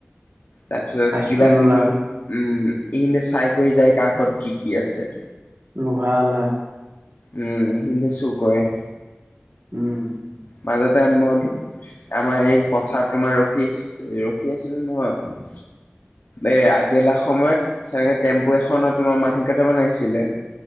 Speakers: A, on the left; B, on the right.
A: তাৰপিছত
B: আইচক্ৰীমৱালা
A: কিবা - কিবি, উম ইখিনতে চাই কৰি যায় কাৰ ঘৰত কি কি আছে?
B: লোহাঅলা।
A: ওম হিন্দে চুৰ কৰে।
B: ওম।
A: মাজতে মা দু আমাৰ এই পথাৰত তোমাৰ ৰখিচ ৰখি আছিলো নহয়? এই আগবেলা সময়ত। তেনেকে টেম্পু এখনত তোমাৰ মানুহকেইটামান আহিছিলে।